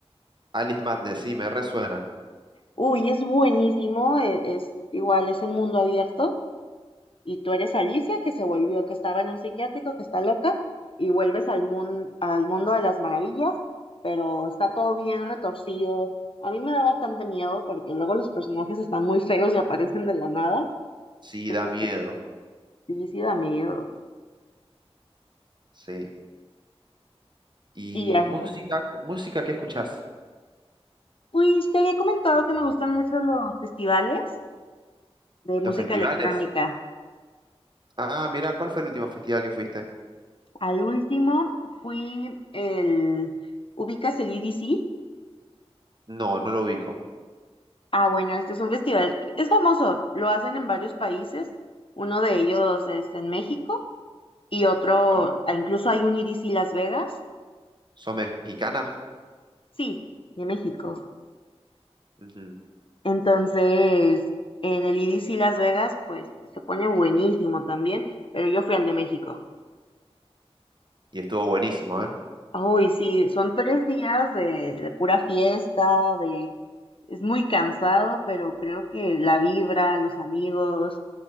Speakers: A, on the right; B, on the left.
A: Alice Madness, sí, me resuena.
B: Uy, es buenísimo, e- es, igual, es en mundo abierto. Y tú eres Alicia, que se volvió, que estaba en un psiquiátrico, que está loca, y vuelves al, mun- al mundo de las maravillas, pero está todo bien retorcido. A mí me da bastante miedo porque luego los personajes están muy feos y aparecen de la nada.
A: Sí,
B: Eso
A: da miedo.
B: sí, sí, sí da miedo.
A: Sí. ¿Y
B: Y ya.
A: música? ¿Música qué escuchás?
B: Pues te había comentado que me gustan mucho los festivales de
A: ¿Los
B: música
A: festivales?
B: electrónica.
A: Ah, mira, ¿cuál fue el último festival que fuiste?
B: Al último fui el... ¿Ubicas el E D C
A: No, no lo ubico.
B: Ah, bueno, este es un festival, que- es famoso, lo hacen en varios países, uno de ellos es en México y otro,
A: Am-
B: ah, incluso hay un E D C Las Vegas,
A: ¿Son mexicanas
B: sí, de México.
A: Ujú.
B: Entonces, en el E D C Las Vegas, pues se pone buenísimo también, pero yo fui al de México.
A: Y estuvo buenísimo, ¿eh?
B: Uy, sí, son tres días de, de pura fiesta, de... Es muy cansado, pero creo que la vibra, los amigos,